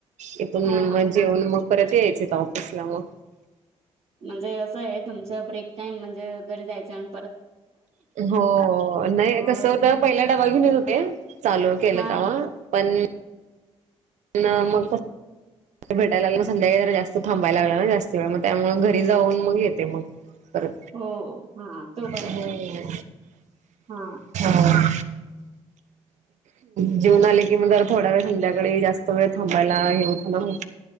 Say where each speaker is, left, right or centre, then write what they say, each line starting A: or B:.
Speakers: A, on the right; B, on the right.
A: इथून
B: हा हा
A: मग जेऊन
B: हा
A: मग परत यायच इथं ऑफिसला मग.
B: म्हणजे असं आहे तुमचं ब्रेक टाइम म्हणजे घरी जायचं आण
A: हो, नाही
B: हो
A: कस होत पहिला डबा घेऊन येत होते, चालू केलं
B: हा
A: तेव्हा.
B: हा
A: पण
B: हो
A: ण मग कस पगार जास्त भेटायला लागला ना मग संध्याकाळी जाऊन थांबायला लागला ना जास्त वेळ मग त्यामुळे घरी जाऊन मग येते मग. बरं,
B: हो हा तो बरा
A: हम्म
B: आहे हा
A: हा. <inaudible> जेऊन आले कि मग जरा थोडा वेळ संध्याकाळी जास्त वेळ थांबायला हे होत ना मग.